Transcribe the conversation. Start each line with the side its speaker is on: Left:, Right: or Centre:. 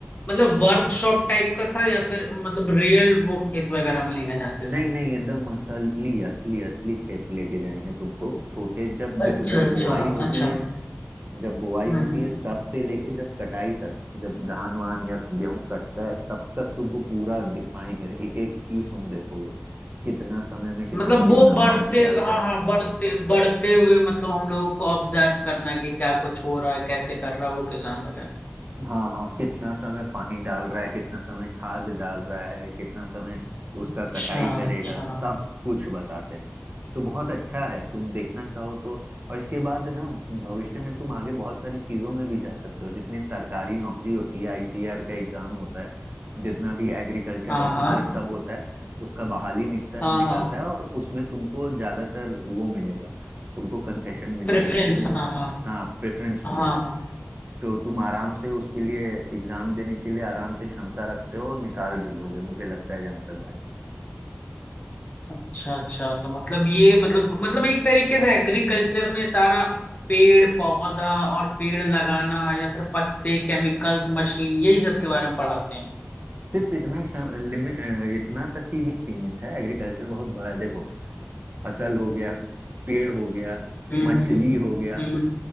Left: मतलब वर्कशॉप टाइप का था या फिर मतलब रियल वो खेत वगैरह में लेके जाते
Right: नहीं
Left: थे
Right: नहीं एकदम असली असली असली खेत लेके जाएंगे तुमको छोटे जब देखो
Left: अच्छा
Right: जब
Left: अच्छा
Right: बुआई होती
Left: अच्छा
Right: है जब बुआई
Left: हम्म
Right: होती
Left: हम्म
Right: है तब से लेके जब कटाई तक जब धान वान या गेहूं कटता है तब तक तुमको पूरा दिखाएंगे एक एक चीज तुम देखोगे कितना समय में किसान
Left: मतलब वो
Right: कितना
Left: बढ़ते
Right: पानी डालता
Left: हाँ
Right: है
Left: हाँ बढ़ते बढ़ते हुए मतलब हम लोगों को ऑब्जर्व करना है कि क्या कुछ हो रहा है कैसे कर रहा है वो किसान वगैरह
Right: हाँ हाँ कितना समय पानी डाल रहा है कितना समय खाद डाल रहा है कितना समय उसका
Left: अच्छा
Right: कटाई करेगा
Left: अच्छा
Right: सब
Left: हाँ
Right: कुछ बताते हैं तो बहुत अच्छा है तुम देखना चाहो तो और इसके बाद ना भविष्य में तुम आगे बहुत सारी चीजों में भी जा सकते हो जितनी सरकारी नौकरी होती है आईसीआर का एग्जाम होता है जितना भी एग्रीकल्चर
Left: हाँ
Right: ऑफिसर सब होता है उसका बहाली निकता
Left: हाँ
Right: निकलता
Left: हाँ
Right: है और उसमें तुमको ज्यादातर वो मिलेगा तुमको कंसेशन मिलेगा
Left: प्रेफरेंस
Right: तुमको
Left: हाँ हाँ
Right: हाँ प्रेफरेंस मिलेगा
Left: हाँ हाँ
Right: तो तुम आराम से उसके लिए एग्जाम देने के लिए आराम से क्षमता रखते हो और निकाल भी लोगे मुझे लगता है जहां तक भाई
Left: अच्छा अच्छा तो मतलब ये मतलब मतलब एक तरीके से एग्रीकल्चर में सारा पेड़ पौधा और पेड़ लगाना या फिर पत्ते केमिकल्स मशीन यही सब के बारे में पढ़ाते हैं
Right: सिर्फ इतना शम- लिमि- अ, इतना तक ही नहीं सीमित है एग्रीकल्चर बहुत बड़ा है देखो फसल हो गया पेड़ हो गया
Left: हम्म
Right: मछली
Left: हम्म
Right: हो गया
Left: हम्म।